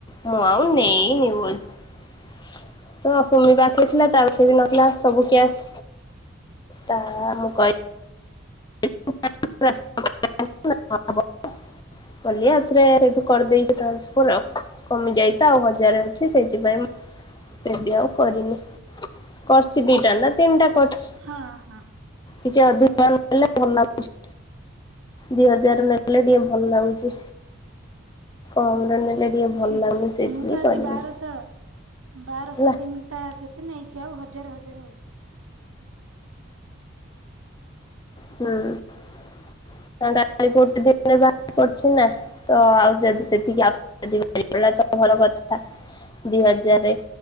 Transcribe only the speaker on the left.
ମୁଁ ଆଉ ନେଇନି ସୁମି ପାଖରେ ଥିଲା
ତାବି ସେନଥିଲା
ସବୁ କ୍ୟାସ୍ ତାମୁଁ କ <unintelligible>
କଲି ଆଉଥରେ ସେଇଠୁ କରିଦେଇକି ଟ୍ରାନ୍ସଫର ଆଉ କମି ଯାଇଚି ଆଉ ହଜାରେ ଅଛି ସେଇଥିପାଇଁ ଏବେ ଆଉ କରିନି କରିଚି ଦିଟାନା ତିନିଟା କରଚି।
ଟିକେ ଅଧକ କଲ୍ କଲେ ଭଲ ଲାଗୁଚି। ଦି ହଜାର ନେଲେ ଟିକେ ଭଲ ଲାଗୁଚି କମରେ ନେଲେ ଟିକେ ଭଲ
ଲାଗୁନି ସେଇଥିପାଇଁ
କରିନି
ହେଲା
ହୁଁ <unintelligible> ଗୋଟେ ଦିନରେ ବା ପଛିନା? ତ ଆଉ ଯଦି ସେତିକି ମିଳିଗଲାତ ଭଲ କଥା ଦି ହଜାରେ